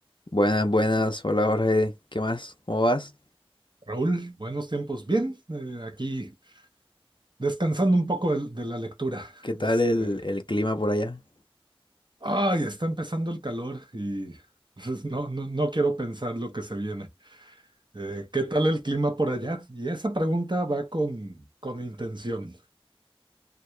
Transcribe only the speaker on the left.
Buenas, buenas. Hola Jorge. ¿Qué más? ¿Cómo vas?
¿Qué tal
el, el clima por allá?